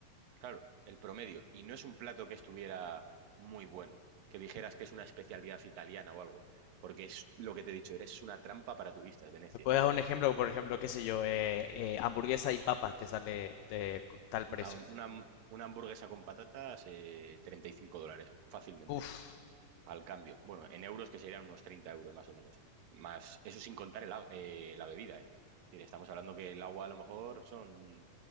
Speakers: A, on the right; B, on the left.
A: Claro, el promedio. Y no es un plato que estuviera muy bueno, que dijeras que es una especialidad italiana o algo, porque es lo que te he dicho, eres una trampa para turistas, Venecia.
B: ¿Me puedes dar un ejemplo? Por ejemplo, qué sé yo, eh, eh, hamburguesa y papas te sale de co- tal precio.
A: A- Una, una hamburguesa con patatas, eh, 35 dólares fácilmente,
B: Uf,
A: al cambio. Bueno, en euros que serían unos 30 euros más o menos. Más, eso sin contar el, agua- eh, la bebida, ¿eh? Es decir, estamos hablando que el agua a lo mejor son